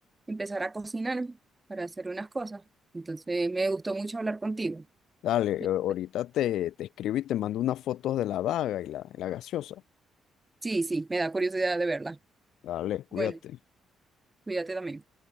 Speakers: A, on the right; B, on the left.
A: empezar a cocinar para hacer unas cosas. Entonces, me gustó mucho hablar contigo.
B: Dale,
A: Y-
B: eh, ahorita te, te escribo y te mando unas fotos de la daga y la, y la gaseosa.
A: Sí, sí, me da curiosidad de verla.
B: Dale, cuídate.
A: Bueno, cuídate también.